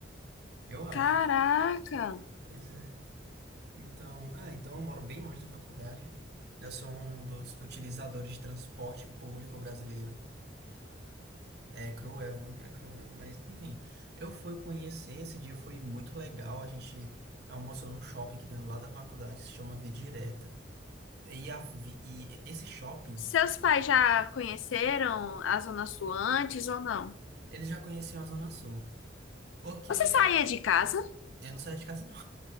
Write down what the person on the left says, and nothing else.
Caraca!
Seus pais já conheceram a Zona Sul antes ou não?
Você saía de casa?